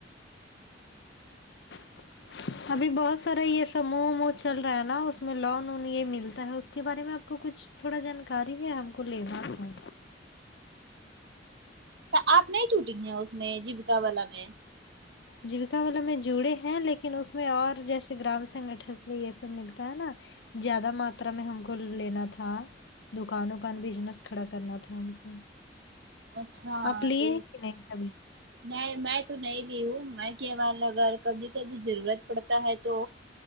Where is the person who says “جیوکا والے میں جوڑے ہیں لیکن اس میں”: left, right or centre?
Left